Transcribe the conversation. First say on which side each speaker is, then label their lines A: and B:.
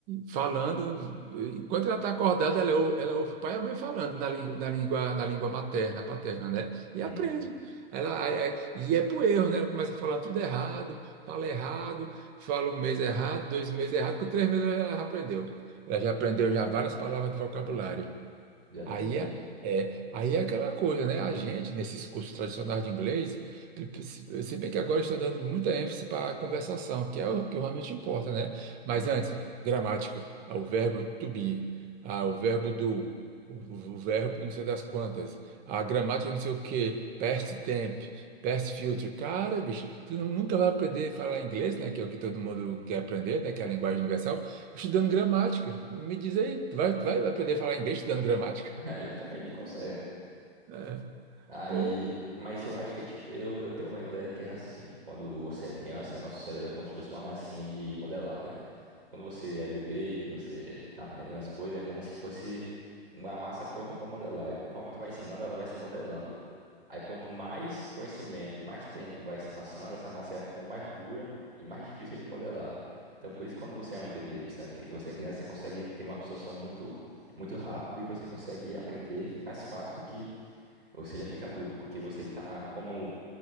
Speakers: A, on the right; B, on the right.
A: falando, enquanto ela está acordada, ela, ou- ela ouve o pai e a mãe falando na, lin- na língua, na língua materna, paterna, né? E
B: Uhum.
A: aprende. Ela, aí- aí- e é por erro, né? Ela começa falando tudo errado, fala errado, fala um mês errado, dois meses errado, com três meses ela já aprendeu. Ela já aprendeu já várias palavras do vocabulário.
B: Exatamente.
A: Aí é, é- aí é aquela coisa, né? A gente, nesses cursos tradicionais de inglês, se se bem que agora eu estou dando muita ênfase para a conversação, que é o que realmente importa, né?
B: Uhum.
A: Mas antes, gramática, ah, o verbo to be, ah, o verbo do, o, o- o verbo não sei das quantas, a gramática não sei o quê, past tense, past future. Cara, bicho, tu não- nunca vai aprender a falar inglês, né? Que é o que todo mundo quer aprender, né? Que é a linguagem universal, estudando
B: Ó.
A: gramática. Me diz aí, tu vai, vai aprender a falar inglês estudando gramática?
B: <laughs> É, exatamente, não consegue, né?
A: né?
B: Aí,
A: Pô,
B: mas eu acho que é ti- eu, eu tenho uma ideia que é assim, quando você é criança, nosso cérebro é como se fosse uma massinha de modelar, né? Quando você é bebê e você tá aprendendo as coisas, é como se fosse uma massa pronta para modelar. E conforme tu vai ensinando, ela vai se modelando. Aí quanto mais conhecimento e mais tempo vai se passando, essa massa vai ficando mais dura e mais difícil de modelar. Então, por isso, quando você é um bebê, você é uma cri- você é criança, você consegue ter uma absorção muito, muito rápida e você consegue aprender mais fácil do que você já fica adulto, porque você está como o